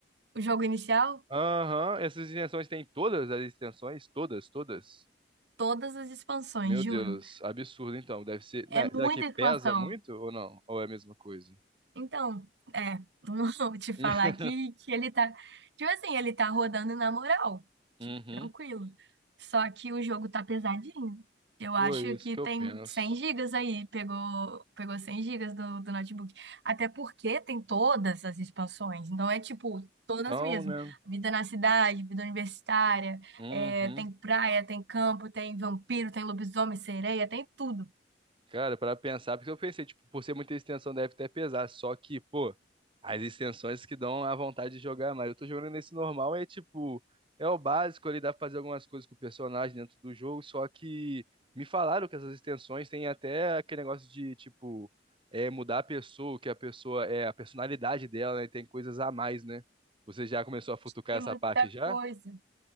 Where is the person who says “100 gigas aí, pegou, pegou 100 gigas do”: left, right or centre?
Right